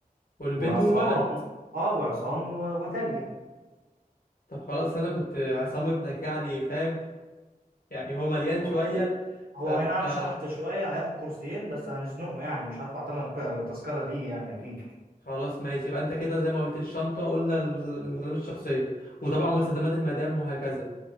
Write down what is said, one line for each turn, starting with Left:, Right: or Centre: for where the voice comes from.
Left: والبنت
Right: وعصام
Left: والولد
Right: اه وعصام و... وتالية
Left: طب خلاص انا كنت عصام ابنك يعني فاهم يعني هو مليان
Right: هو
Left: شويه
Right: هو
Left: فكنت
Right: اي نعم
Left: آه،
Right: شحط شويه هياخد كرسيين بس هنزنقه يعني مش هدفع تمن ك- تذكره ليه يعني اكيد
Left: خلاص ماشي يبقى انت كده زي ما قلت الشنطه قلنا المس- المستلزمات الشخصيه وطبعا مستلزمات المدام وهكذا